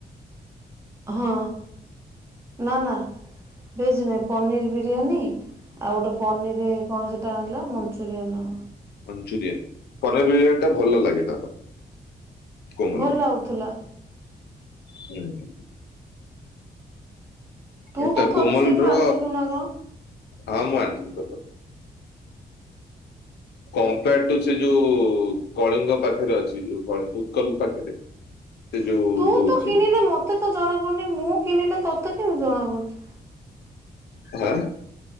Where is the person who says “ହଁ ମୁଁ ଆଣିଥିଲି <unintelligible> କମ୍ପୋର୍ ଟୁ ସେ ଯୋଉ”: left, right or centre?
Left